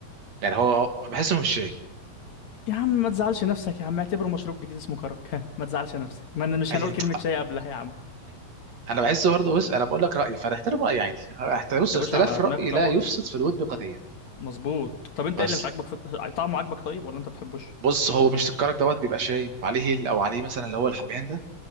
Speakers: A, on the right (about 50°); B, on the left (about 55°).
A: يعني هو بحسه مش شاي
B: يا عم ما تزعلش نفسك يا عم اعتبره مشروب جديد اسمه كرك <laughs> ها ما تزعلش نفسك ما أنا مش
A: أي-
B: هنقول كلمه شاي قبلها يا عم
A: انا بحس برضه بص انا بقول لك رايي فهتحترم رايي عادي هحترم بص
B: يا
A: الاختلاف
B: باشا على
A: الراي
B: دماغي طبعا
A: لا يفسد في الود قضيه
B: مظبوط طب انت
A: بس
B: ايه اللي مش عاجبك في... طعمه عاجبك طيب ولا انت بتحبوش
A: بص هو مش الكرك دوت بيبقى شاي وعليه هيل او عليه مثلا اللي هو الحبهان ده